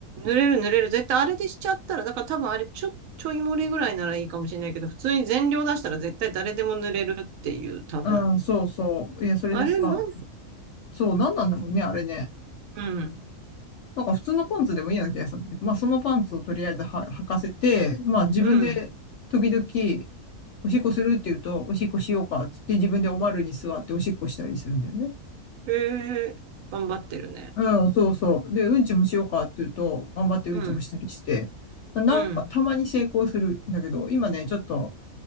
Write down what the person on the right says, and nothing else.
濡れる濡れる。絶対あれでしちゃったら、だから多分あれちょ、ちょい漏れぐらいならいいかもしれないけど、普通に全量出したら絶対誰でも濡れるっていう、多分。
あれなん、
うん、
うん。
へえ、頑張ってるね。
うん、
うん、